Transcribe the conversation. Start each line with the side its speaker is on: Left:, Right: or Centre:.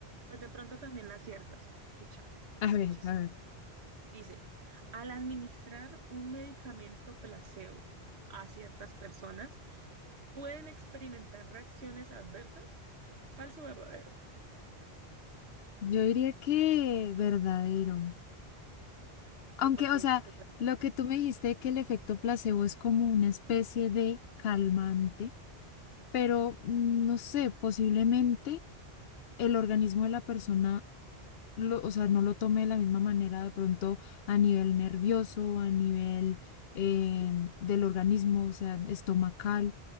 Right: pues de pronto también la aciertas. Escucha,
Left: A
Right: escucha,
Left: ver,
Right: escucha.
Left: a ver.
Right: Dice, al administrar un medicamento placebo a ciertas personas, pueden experimentar reacciones adversas. ¿Falso o verdadero?
Left: Yo diría que verdadero. Aunque,
Right: ¿Y por
Left: o
Right: qué
Left: sea,
Right: dices que es verdadero?
Left: lo que tú me dijiste que el efecto placebo es como una especie de calmante. pero mm, no sé, posiblemente el organismo de la persona, lo- o sea, no lo tome de la misma manera de pronto a nivel nervioso, a nivel eh, del organismo, o sea, estomacal.